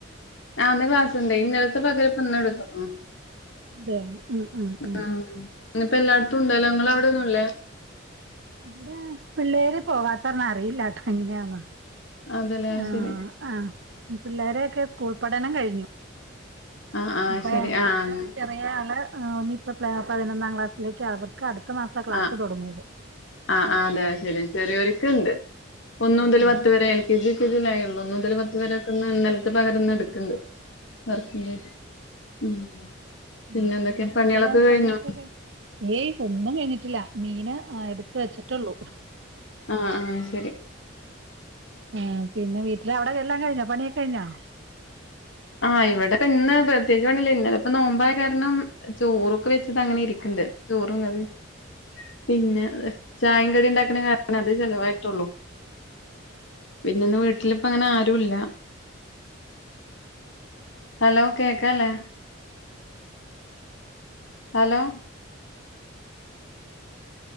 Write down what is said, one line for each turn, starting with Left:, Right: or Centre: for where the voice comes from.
Left: ആഹ് ഇന്ന് ക്ലാസ്സ്ണ്ടയ് ഇന്നലത്തെ പകരം ഇപ്പ ഇന്ന് എടുതുകുണു
Right: അതെ ഉം ഉം ഉം
Left: ആഹ് ഇന്ന് ഇപ്പോ എല്ലായിടത്തും ഉണ്ടല്ലോ ഇങ്ങളെ അവിടെന്നു ഇല്ലേ
Right: ഇവിടെ പിള്ളേര് പോവാത്തന്ന അറിയില്ല കേട്ടോ എങ്ങനെയാന്ന്
Left: അതല്ലേ
Right: ആഹ്
Left: ശെരി
Right: ആഹ് പിള്ളേരൊക്കെ സ്കൂൾ പഠനം കഴിഞ്ഞു
Left: ആഹ് ആഹ്
Right: അപ്പ
Left: ശരി ആഹ്
Right: ഏറ്റവും
Left: അങ്ങനെ
Right: ചെറിയ ആള് ഇനി ഇപ്പോ പതിനൊന്നാം ക്ലാസ്സിലേക്ക് ആകുന്നു ക്കടുത്ത മാസ ക്ലാസ്
Left: ആഹ്
Right: തൊടങ്ങോള്ളൂ
Left: ആഹ് അതെ അത് ശരി ചെറിയൊര്ക്ക് ണ്ട്
Right: ഉം
Left: ഒന്ന് മുതല്
Right: ഉം ഉം
Left: പത്ത് വരെ കെ ജി <unintelligible> ള്ളൂ ഒന്ന് മുതൽ പത്ത് വരൊക്കെന്ന് ന്നൽത്തെ പകരം ന്ന് ട്ക്ക്ണ്ട് വർക്കില് ഉം
Right: ഉം
Left: പിന്നെ ന്തൊക്കെ പണ്യാളൊക്കെ
Right: വീട്ടിലെ
Left: കയ്ഞൊ
Right: പണിയൊക്കെ കഴി ഏയ് ഒന്നും കഴിഞ്ഞിട്ടില്ല മീന് എടുത് വെച്ചിട്ടൊള്ളൂ
Left: ആഹ് ആഹ് ശരി
Right: ആഹ് പിന്നെ വീട്ടില് അവിടെ എല്ലാം കഴ്ഞ്ഞോ പണിയൊക്കെഴ്ഞ്ഞോ
Left: ആഹ് ഇവിടെപ്പന്ന് പ്രത്യേകിച്ച് പണില്ല ഇന്നലപ്പ നോമ്പായ കാരണം ചോറൊക്കെ വെച്ചത അങ്ങനെ ഇരിക്ണ്ട് ചോറും കറീം പിന്നെ ചായികടി ണ്ടാക്കണ കാര <unintelligible> അത് ചെലവായിട്ടൊള്ളൂ പിന്നന്ന് വീട്ടിലിപ്പങ്ങനാരുല്ല ഹലോ കേക്കാല്ലേ ഹലോ